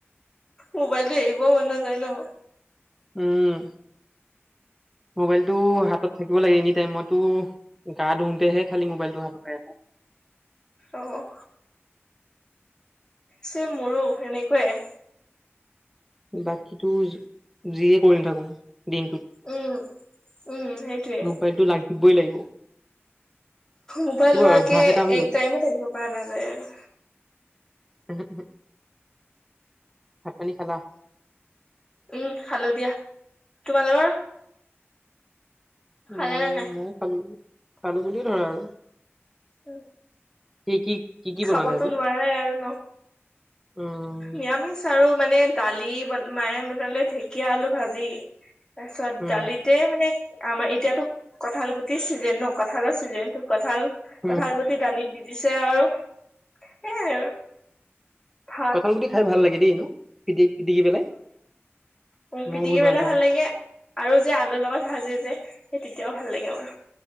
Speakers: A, on the left; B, in the centre.
A: মোবাইলতটো এৰিবও মন নাযায় ন।
B: হম। মোবাইলটো হাতত থাকিব লাগে এনি টাইম মইতো গা ধুহোতেহে খালি মোবাইলটো হাতত পাই
A: অ' ছেম মোৰো এনেকুৱাই।
B: বাকীতো যিয়ে কৰি নথাকো। দিনটোত,
A: উম উম সেইটোয়ে
B: মোবাইলটো লাগিবই লাগিব।
A: মোবাইল
B: কিবা
A: লোৱাকে
B: অভ্যাস এটা হৈ
A: এক
B: গ'ল
A: টাইমো থাকিব পৰা নাযায় আৰু।
B: উম উ, ভাতপানী খালা?
A: উম খালো দিয়া, তোমালোকৰ?
B: উম
A: খালা নে নাই
B: ময়ও খালো, খালো বুলিয়ে ধৰা আৰু।
A: উম।
B: কি কি কি কি
A: খাবতো
B: বনালে আজি
A: নোৱাৰে আৰু ন,
B: উম
A: নৰামিষ আৰু মানে দালি বন মায়ে বনালে ঢেকীয়া আলু ভাজি। তাৰপিছত
B: উম
A: দালিতে মানে আমাৰ এতিয়াতো কঠাল গুটিৰ চিজনে ন কঠালৰ চিজন তটো কঁঠাল
B: উম
A: কঁঠাল গুটি দালিত দি দিছে আৰু সেইয়াই আৰু। ভাত
B: কঁঠাল গুটি খাই ভাল লাগে দেই, নো পিটি পিটিকি পেলাই।
A: উ
B: ময়ো
A: পিটিকি
B: বহুত
A: পেলাই
B: পাওঁ
A: ভাল লাগে আৰু, যে আলুৰ লগত ভাজি যে। সেই তেতিয়াও ভাল লাগে মোৰ।